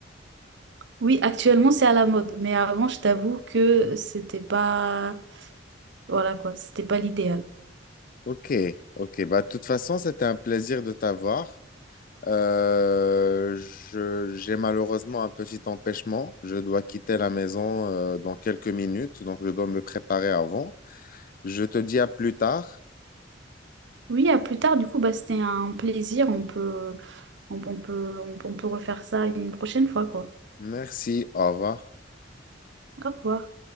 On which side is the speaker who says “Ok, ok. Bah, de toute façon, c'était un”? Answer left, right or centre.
Left